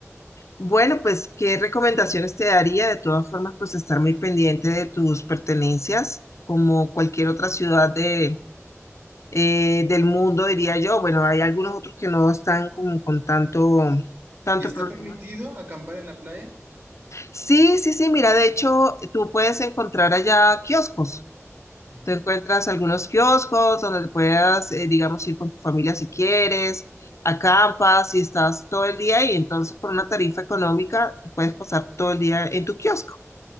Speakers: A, on the left; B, on the right.
A: bueno, pues qué recomendaciones te daría. De todas formas, pues estar muy pendiente de tus pertenencias, como cualquier otra ciudad de, eh, del mundo, diría yo. Bueno, hay algunos otros que no están como con tanto, tanto
B: ¿Y está
A: problema.
B: permitido acampar en la playa?
A: Sí, sí, sí, mira, de hecho, tú puedes encontrar allá kioscos.
B: Ujú.
A: Te encuentras algunos kioscos donde puedas, eh, digamos, ir con tu familia si quieres, acampas y estás todo el día y entonces por una tarifa económica tú puedes pasar todo el día en tu kiosco.